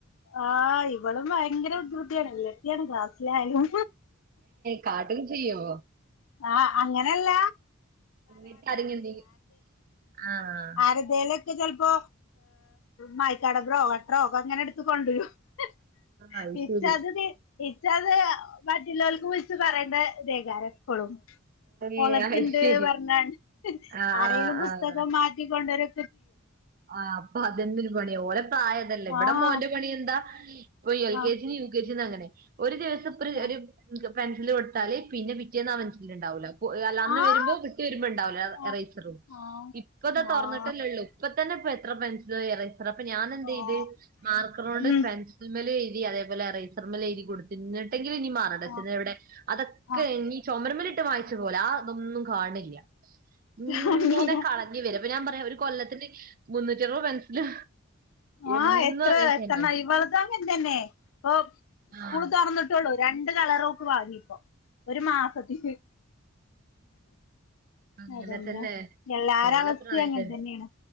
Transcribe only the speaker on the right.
പാട്ടൊക്കെ ചെയ്യോ
പിന്ന കരഞാന്തേയും ആഹ്
അത്
ശരി
ഏ
അത് ശരി
ആ
ആ
ആ
ആഹ് അപ്പോ അതന്നരു പണിയാ ഓലെ പ്രായതല്ലേ ഇവടെ
മോന്റെ പണി എന്താ പ്പോ എൽ
കെ ജിന്നും യു കെ ജിന്നും അങ്ങനെ ഒരു ദിവസം
ഒരു പെൻസില് കൊടുത്താല് പിന്നെ പിറ്റേ റ്റേന്ന് ആ പെൻസിലിണ്ടാവൂല അല്ല അന്ന്
വരുമ്പോ <unintelligible> വരുമ്പോ ഉണ്ടാവൂല്ല
എറൈസറും
ഇപ്പതാ തൊറന്നി
ട്ടുള്ളു ഇപ്പ തന്നെ ഇപ്പൊ എത്ര പെൻസിലു ഏറെയ്‌സ്റ അപ്പ ഞാന എന്തെതേയ്‌ത്
മാർക്കറോണ്ട്
പെൻസ് സിൽമേല് എയ്തി അതെപോലെ എറേസർമേലെഴുതി കൊടുത്ത് ന്ന് ട്ടെങ്കിലും ഇനി മാർ <unintelligible>
വടെ അതൊക്കെ
ഇനീ ചൊമരിമ്മലിട്ട് മായിച്ചാ പോലെ ആതൊന്നും കാണില്യ ഇങ്ങനെ
കളഞ്ഞ് വര അപ്പോ ഞാൻ പറയാ ഒരു കൊല്ലത്തിന് മുന്നൂറ്ററുവ്‌ പെൻസില്
എന്നും
അങ്ങനെ
തന്നെ
ആഹ്
അങ്ങനെ
തന്നെല്ലേ
ഓലെ
പ്രായല്ലേ